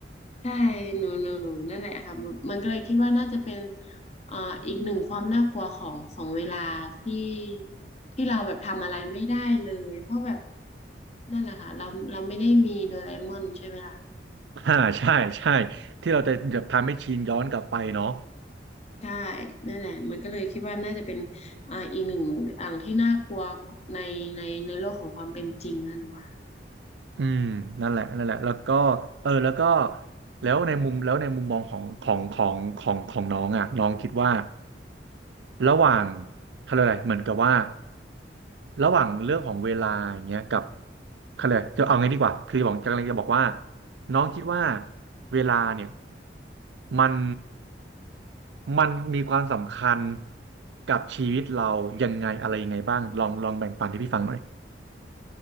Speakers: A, on the left; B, on the right.
A: ใช่หนูหนูหนูนั่นแหละค่ะมันมันก็เลยคิดว่าน่าจะเป็นเอ่ออีกหนึ่งความน่ากลัวของของเวลาที่ที่เราแบบทำอะไรไม่ได้เลย เพราะแบบนั่นแหละค่ะเราเราไม่ได้มีโดราเอมอนใช่ไหมล่ะ
B: <laughs> อ่าใช่ใช่ที่เราจะแบบทำให้ชินย้อนกลับไปเนาะ
A: ใช่ นั่นแหละมันก็เลยคิดว่าน่าจะเป็นอ่าอีกหนึ่งอ่างที่น่ากลัวในในในโลกของความเป็นจริงนะหนูว่า
B: อืมนั่นแหละนั่นแหละแล้วก็เออแล้วก็แล้วในมุมแล้วในมุมมองของของของของของน้องอ่ะน้องคิดว่าระหว่างเขาเรียกอะไรเหมือนกับว่าระหว่างเรื่องของเวลาอย่างเงี้ยกับเขาเรียกอะไรจะเอาไงดีกว่าคือบอกจะกำลังจะบอกว่าน้องคิดว่าเวลาเนี่ยมันมันมีความสำคัญกับชีวิตเรายังไงอะไรยังไงบ้างลองลองแบ่งปันให้พี่ฟังหน่อย